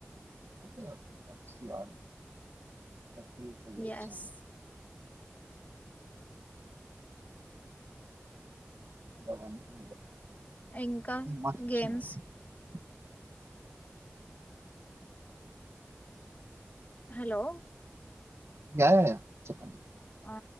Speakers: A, on the right (about 85°); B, on the left (about 40°).
A: okay that's your but మీతో <unintelligible>
B: yes
A: the one who
B: ఇంకా
A: much
B: games
A: <unintelligible>
B: hello
A: yeah yeah చెప్పండి
B: ఆ